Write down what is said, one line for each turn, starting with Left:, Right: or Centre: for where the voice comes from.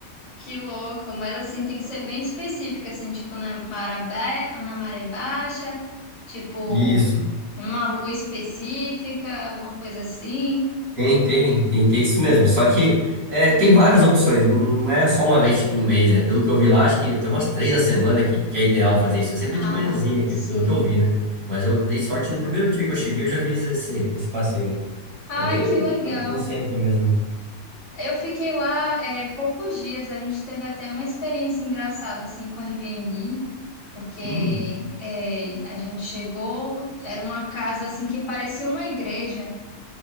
Left: Que louco, mas assim tem que ser bem específico, assim, tipo na marabé, na maré baixa, tipo
Right: Isso.
Left: numa lua específica, alguma coisa assim.
Right: Tem, tem, tem, tem isso mesmo. Só que é, tem várias opções, não é só uma vez, tipo, no mês, né? Pelo que eu vi lá, acho que tem umas três na semana que, que é ideal fazer isso. É sempre
Left: Ah,
Right: de manhãzinha aqui,
Left: sim.
Right: pelo que eu vi, né? Mas eu dei sorte no primeiro dia que eu cheguei, eu já fiz esse, esse passeio aí.
Left: Ai,
Right: É bem
Left: que
Right: ali
Left: legal.
Right: na- no centro mesmo.
Left: Eu fiquei lá é, poucos dias, a gente teve até uma experiência engraçada assim com o Airbnb, porque
Right: Hum,
Left: é, a gente chegou, era uma casa assim que parecia uma igreja.